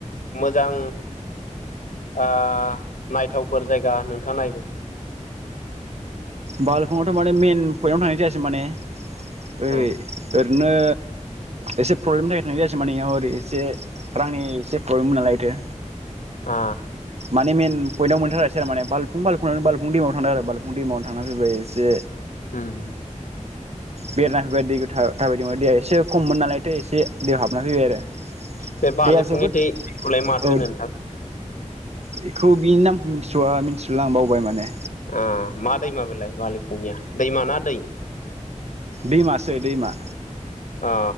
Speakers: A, on the left; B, on the right.
A: मोजां ओ नायथावफोर जायगा नोंथाङा नायोमोन?
B: बालफुङावथ माने मइेन पइन्ट आवनो थांनाय जायासै माने। ओइ
A: ओ
B: ओ नोंनो एसे प्रब्लेमनि जानायना जायासै मानेयाव ओरै एसे रांनि एसे प्रब्लेममोन नालायथो।
A: आ।
B: माने मेन पइन्टआव मोनैथारासै आरो माने बालफुं बालफुंनालाय बालबफुं दैमायाव थांदों आरो बालबफुं दैमायावनो थांना फैबाय एसे।
A: हुम।
B: बेरायना फैबाय दैखौ थाबायदोंमोन दैया एसे खममोन नालायथ एसे दैयाव हाबना फैबाय आरो
A: बे बालेफुंनि
B: दैया जोबोद
A: दैखौलाय माथो
B: औ
A: होनो नोंथां?
B: बेखौ बिनि नामखौ मिथिथआ मिथिथला आं बावबाय माने।
A: ओ मा दैमा बेलाय बालि फुंनिया दैमाना दै?
B: दैमासो दैमा।
A: अ